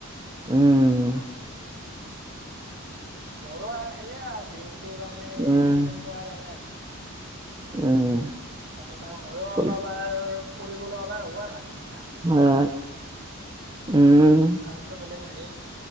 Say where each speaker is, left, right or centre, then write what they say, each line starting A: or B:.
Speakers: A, on the right (about 20°); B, on the right (about 50°).
A: উম
B: মোৰো আৰ সেইয়ে আৰ দিনটো তাৰমানে
A: উম
B: এইকেইদিনতো আৰু এনে আছো
A: উম
B: আৰু তাৰ মইও অলপ
A: হয়
B: আৰু ফুৰিবলৈ ওলাই আহো আৰ হৈ থাকিলা
A: হয় উম
B: কামটো বেলেগ নাইেয়ে